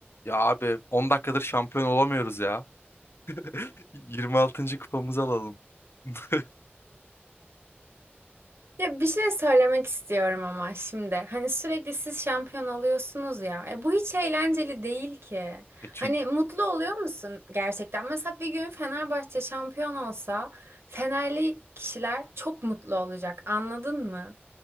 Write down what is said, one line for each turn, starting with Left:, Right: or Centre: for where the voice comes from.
Left: Ya abi 10 dakikadır şampiyon olamıyoruz ya. <laughs> 26. kupamızı alalım. <laughs>
Right: Ya bir şey söylemek istiyorum ama şimdi. Hani sürekli siz şampiyon oluyorsunuz ya. E bu hiç eğlenceli değil ki.
Left: E çünkü
Right: Hani mutlu oluyor musun gerçekten? Mesela bir gün Fenerbahçe şampiyon olsa Fenerli kişiler çok mutlu olacak. Anladın mı?